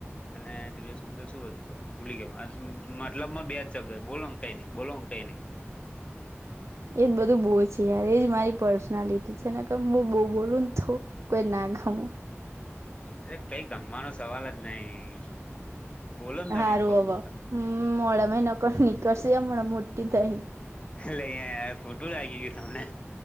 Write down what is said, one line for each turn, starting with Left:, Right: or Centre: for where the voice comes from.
Left: અને તજું. શબ્દ શું હતું યાર ભૂલી ગયો મતલબમાં બે જ શબ્દો બો કઈ નઈ બોલો કઈ નઈ.
Right: હ એજ બધું બહુ છે યાર એજ મારી પર્સનાલિટી છે ને કે હું બહુ બોલું ને તો કોઈ ના ખામ
Left: અરે કઈ ગમવાનો સવાલ જ નહી. બોલો
Right: <unintelligible>
Left: ને તમે એમ કઉ છો તમે <unintelligible> ખોટું લાગી ગયું તમને